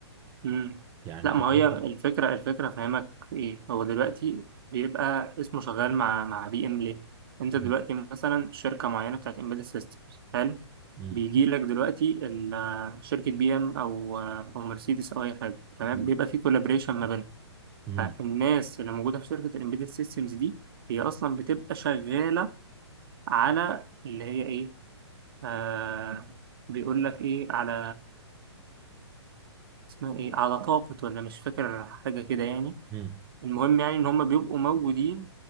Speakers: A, on the right (about 55°); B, on the right (about 20°).
A: مم.
B: يعني
A: لا
B: بالنسبه
A: ما هي الفكرة الفكرة فاهمك في ايه هو دلوقتي بيبقى اسمه شغال مع مع بي ام ليه انت
B: مم.
A: دلوقتي مثلا شركة معينة بتاعت embedded systems حلو
B: مم.
A: بيجي لك دلوقتي ال- شركة بي ام او او مرسيدس او اي حاجة تمام
B: مم.
A: بيبقى في collaboration ما بينهم
B: مم.
A: فالناس اللي موجودة في شركة الامبيدد systems دي هي اصلا بتبقى شغالة على اللي هي ايه آه بيقول لك ايه على اسمها ايه على طاقة ولا مش فاكر حاجة كده يعني
B: مم.
A: المهم يعني ان هم بيبقوا موجودين